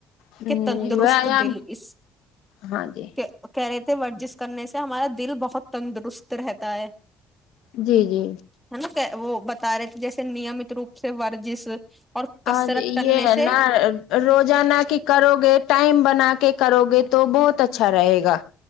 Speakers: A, on the left; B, in the centre.
A: ہ
B: کہ تندرست
A: ویایام
B: دل اس
A: ہاں جی
B: کہہ رہے ورزش کرنے سے ہمارا دل بہت تندرست رہتا ہے
A: جی جی
B: ہے نا وہ بتا رہے تھے جیسے نیمت روپ سے ورزش اور
A: ہاں
B: کسرت کرنے
A: یہ ہے
B: سے
A: نہ روزانہ کہ کرو گے ٹائم بنا کے کرو گے تو بہت اچھا رہے گا